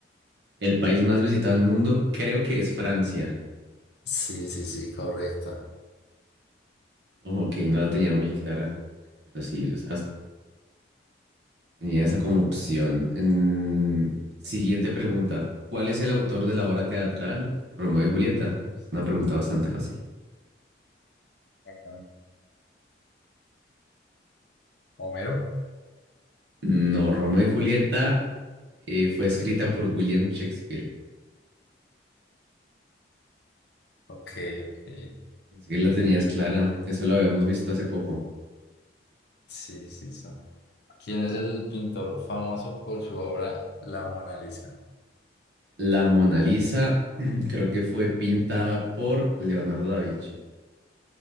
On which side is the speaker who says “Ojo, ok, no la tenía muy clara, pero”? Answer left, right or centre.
Right